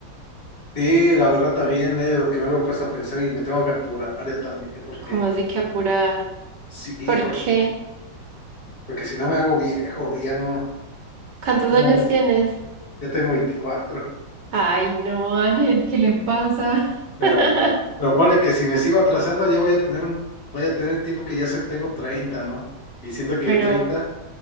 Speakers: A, on the left; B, on the right.
A: Sí, la verdad también es lo que me lo he puesto a pensar y me tengo que apurar yo también, porque
B: como así que apurar.
A: sí,
B: <laughs> ¿Por
A: porque,
B: qué?
A: porque si no me hago viejo y ya no,
B: ¿Cuántos
A: ya
B: años
A: no,
B: tienes?
A: ya tengo veinticuatro
B: Ay, no, Ángel, ¿qué le pasa?
A: Pero,
B: <laughs>
A: pero ponle que si me sigo atrasando ya voy a tener un, voy a tener tiempo que ya soy, tengo treinta ¿no? Y siento que
B: Pero,
A: 30